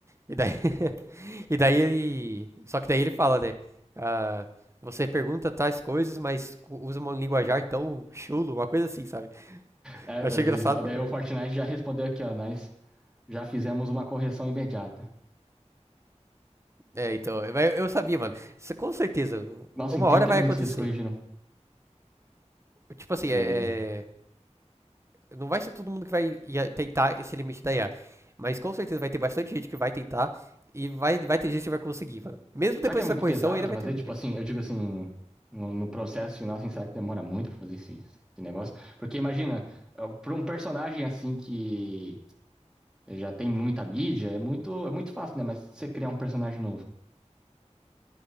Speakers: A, on the right (about 25°); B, in the centre.
A: E daí, <laughs> e daí ele. Só que daí ele fala, né? ah, você pergunta tais coisas, mas usa um linguajar tão chulo, uma coisa assim, sabe?
B: É,
A: Eu achei
B: às
A: engraçado
B: vezes-
A: pra
B: daí
A: caramba.
B: o Fortnite já respondeu aqui, ó. Nós já fizemos uma correção imediata.
A: É, então, eu- eu sabia, mano. Isso, com certeza,
B: Nossa,
A: uma
B: em 30
A: hora vai
B: minutos
A: acontecer.
B: eles corrigiram.
A: Tipo assim,
B: Você
A: é,
B: vê.
A: é- não vai ser todo mundo que vai ia- tentar esse limite da I a. Mas com certeza vai ter bastante gente que vai tentar e vai, vai ter gente que vai conseguir, mano. Mesmo depois
B: Será que é muito
A: dessa correção,
B: pesado
A: ainda
B: pra
A: vai
B: fazer?
A: ter um
B: Tipo
A: jeito.
B: assim, eu digo assim, no, no processo final, assim, será que demora muito pra fazer esse, esse negócio? Porque imagina, eh, pra um personagem assim que já tem muita mídia, é muito, é muito fácil, né? Mas você criar um personagem novo,